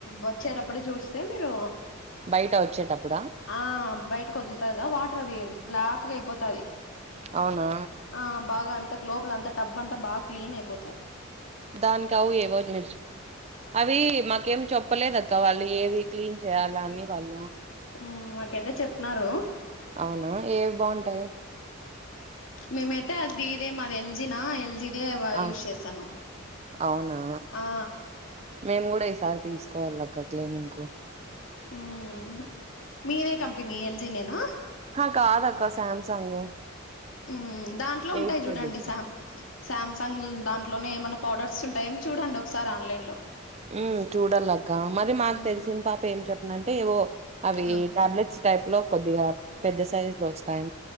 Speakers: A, on the left; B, on the right.
A: వచ్చేటప్పుడు చూస్తే మీరు
B: బయట వచ్చేటప్పుడా
A: ఆ బయటకి వదులుతారు గా వాటర్ అవి బ్లాక్ అయిపోతాది
B: అవునా
A: ఆ బాగా అంతాక లోపల అంతా టబ్బ అంతా బాగా క్లీన్ అయిపోతుంది
B: దానికి అవు ఏ రోజు మర్చు అవి మాకేం చెప్పు చెప్పలేదక్క వాళ్ళు ఏవి క్లీన్ చేయాల అని వాళ్ళు
A: హుమ్ మాకైతే చెప్పినరు
B: అవునా ఏవి బాగుంటాయి
A: మేమైతే అది ఇదే మాది ఎల్జీనా ఎల్జీ <unintelligible>
B: ఆ
A: యూస్ చేస్తాన్నాం
B: అవునా
A: ఆ
B: మేము కూడా ఈసారి తీసుకోవాలక్క క్లీనింగ్ కు
A: హమ్ మీదే కంపెనీ ఎల్ జీ నేనా
B: హ కాదాక్క సామ్సంగ్
A: ఉమ్ దాంట్లో ఉంటాయి
B: ఎయిట్ కేజెస్
A: చూడండి సా సామ్సంగ్ దాంట్లోనే ఏమైనా ప్రోడక్ట్స్ ఉంటాయేమో చూడండి ఒకసారి ఆన్లైన్ లో
B: హుమ్ చూడలక్క మరి మాకు
A: ఉమ్
B: తెలిసింది పాప ఏం చెప్పింది అంటే ఏవో అవి
A: ఉమ్
B: టాబ్లెట్స్ టైప్ లో కొద్దిగా పెద్ద సైజ్ లో వస్తాయి